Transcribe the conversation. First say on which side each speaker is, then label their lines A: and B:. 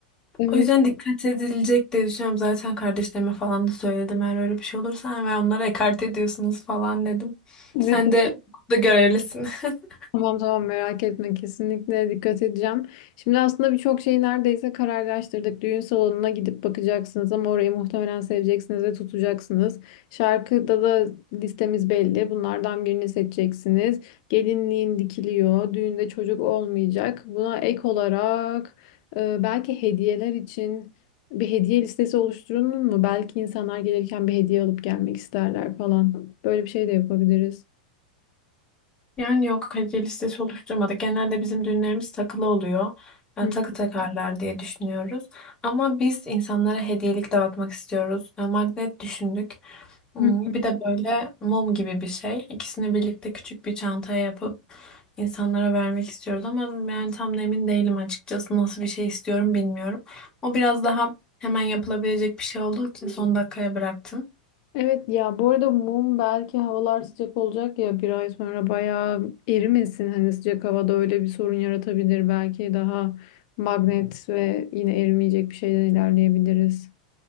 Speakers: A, on the left; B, on the left.
A: <laughs> Evet.
B: O yüzden dikkat edilecek diye düşünüyorum. Zaten kardeşlerime falan da söyledim. Eğer öyle bir şey olursa hemen onları ekarte ediyorsunuz falan dedim.
A: Evet
B: Sen de da görevlisin. <laughs>
A: Tamam tamam merak etme kesinlikle dikkat edeceğim. Şimdi aslında birçok şeyi neredeyse kararlaştırdık. Düğün salonuna gidip bakacaksınız ama orayı muhtemelen seveceksiniz ve tutacaksınız. Şarkıda da listemiz belli. Bunlardan birini seçeceksiniz. Gelinliğin dikiliyor. Düğünde çocuk olmayacak. Buna ek olarak e, belki hediyeler için bir hediye listesi oluşturulur mu? Belki insanlar gelirken bir hediye alıp gelmek isterler falan. Böyle bir şey de yapabiliriz.
B: Yani yok hediye listesi oluşturmadık. Genelde bizim düğünlerimiz takılı oluyor. Yani
A: Hı.
B: takı takarlar diye düşünüyoruz. Ama biz insanlara hediyelik dağıtmak istiyoruz. Yani magnet düşündük. Hmm,
A: Hı.
B: Bir de böyle mum gibi bir şey. İkisini birlikte küçük bir çantaya yapıp insanlara vermek istiyoruz ama yani tam da emin değilim açıkçası nasıl bir şey istiyorum bilmiyorum. O biraz daha hemen yapılabilecek bir şey olduğu için son dakikaya bıraktım.
A: Evet ya bu arada mum belki havalar sıcak olacak ya bir ay sonra bayağı erimesin hani sıcak havada öyle bir sorun yaratabilir belki daha magnet ve yine erimeyecek bir şeyden ilerleyebiliriz.